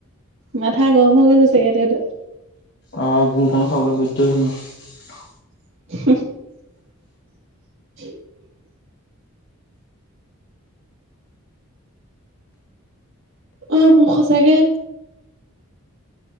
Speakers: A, on the right (about 60°); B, on the left (about 50°).
A: মাথা গৰম হৈ ছাগে তাই তাত।
B: অ', গুৰকণ খাবলৈ বৈদ্য ধুনীয়া।
A: <inaudible> <inaudible> আহ মোক সচাকে